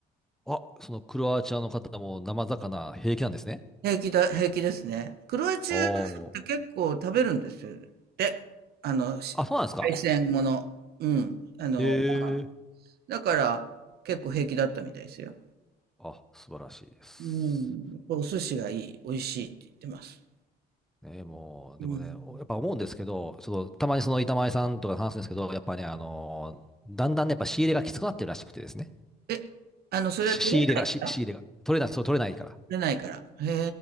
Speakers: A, in the centre; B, on the right (about 70°).
A: あ、そのクロアチアの方も生魚平気なんですね。
B: 平気だ、平気ですね。クロアチアって結構食べるんですよ。
A: おお。
B: で、あの、し
A: あ、そうなんですか。
B: 海鮮もの。うん。あの、
A: へえ。
B: だから結構平気だったみたいですよ。
A: あ、素晴らしいです。
B: うん。お寿司がいい、美味しいって言ってます。
A: ね、もう、
B: うん。
A: でもね、おやっぱ思うんですけど、その、たまにその板前さんとか話すんですけど、やっぱね、あのーだんだんね、やっぱ仕入れがきつくなってるらしくてですね。
B: え、あの、それは取れないから取
A: し仕入れが、し仕入れが。取れない、そう、取れないから。
B: れないから。へ